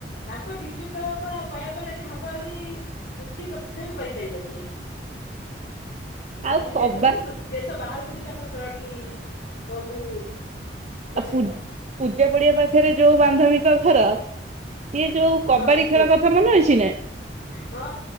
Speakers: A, on the left (about 75°); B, on the right (about 40°).
A: ତାଙ୍କ ଟିଚୁ ଖେଳ ବା କହିବାକୁ ଗଲେ ଯଦି ହବ ଯଦି ପୃଥିବୀ ପ୍ରସିଦ୍ଧ ବି କରିପାରିବେ ସିଏ।
B: ଆଉ
A: ଖାଲି
B: କବା
A: ଦେଶରେ ନୁହେଁ ଦେଶ ବାହାରକୁ ବି ତାଙ୍କ ଖେଳଟି ବୋହୁତ ପ୍ରସିଦ୍ଧ।
B: ଆଉ ପୂଜା ପଡିଆ ପାଖରେ ଯୋଉ ବାନ୍ଧବିକ ଘର? ସିଏ ଯୋଉ କବାଡି
A: ହଁ
B: ଖେଳ କଥା ମନେ ଅଛି ନା?
A: ହଁ।